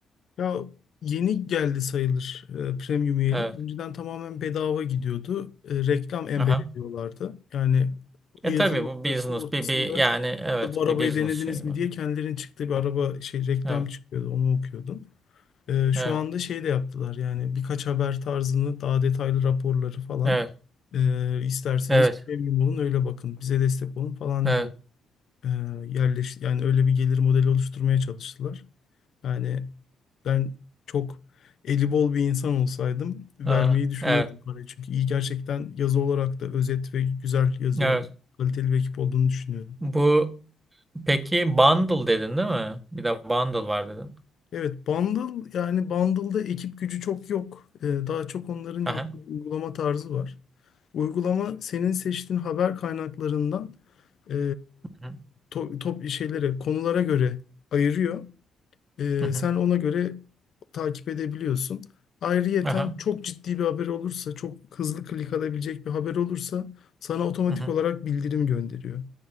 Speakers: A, on the left; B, on the right.
A: Ya yeni geldi sayılır e, premium üyelik.
B: Evet.
A: Önceden tamamen bedava gidiyordu. E, reklam embed
B: Aha.
A: ediyorlardı. Yani
B: E
A: o yazıyı
B: tabii
A: okuyorsun
B: bu business
A: ortasında
B: bir, bir yani evet
A: ya bu arabayı
B: bir business
A: denediniz
B: şeyi
A: mi
B: var.
A: diye kendilerinin çıktığı bir araba şey reklam
B: Evet.
A: çıkıyordu. Onu okuyordum. E, şu
B: Evet.
A: anda şey de yaptılar yani birkaç haber tarzını daha detaylı raporları falan
B: Evet.
A: e, isterseniz
B: Evet.
A: premium olun öyle bakın bize destek olun falan
B: Evet.
A: diye e, yerleş yani öyle bir gelir modeli oluşturmaya çalıştılar. Yani ben çok eli bol bir insan olsaydım vermeyi
B: Aa,
A: düşünürdüm
B: evet.
A: parayı. Çünkü iyi gerçekten yazı olarak da özet ve güzel yazıyorlar.
B: Evet.
A: Kaliteli bir ekip olduğunu düşünüyorum.
B: Bu peki bundle dedin değil mi? Bir de bundle var dedin.
A: Evet, Bundle yani Bundle'da ekip gücü çok yok. Ee, daha çok onların yaptığı
B: Aha.
A: uygulama tarzı var. Uygulama senin seçtiğin haber kaynaklarından e,
B: Hı hı.
A: to- top şeylere, konulara göre ayırıyor. Ee,
B: Hı hı.
A: sen ona göre takip edebiliyorsun. Ayrıyeten
B: Aha.
A: çok ciddi bir haber olursa, çok hızlı klik alabilecek bir haber olursa sana otomatik
B: Hı hı.
A: olarak bildirim gönderiyor.